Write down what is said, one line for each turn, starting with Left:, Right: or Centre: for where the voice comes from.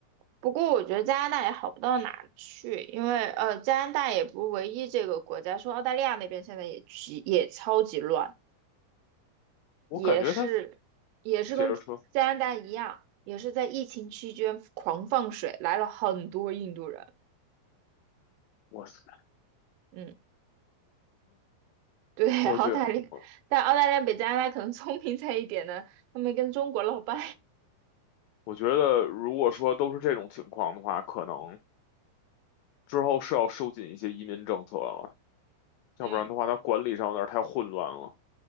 Right: 不过我觉得加拿大也好不到哪儿去，因为呃，加拿大也不是唯一这个国家，说澳大利亚那边现在也极也超级乱，
Left: 我感觉他
Right: 也是也是跟加拿大一样，
Left: 接着说。
Right: 也是在疫情期间狂放水，来了很多印度人。
Left: 哇塞。
Right: 嗯，对，
Left: 我觉得，
Right: <laughs> 澳大利亚，
Left: 我
Right: 但澳大利亚比加拿大可能聪明在一点呢，他们跟中国闹掰。
Left: 我觉得，如果说都是这种情况的话，可能之后是要收紧一些移民政策了，要不然的话，
Right: <laughs> 嗯。
Left: 它管理上有点太混乱了。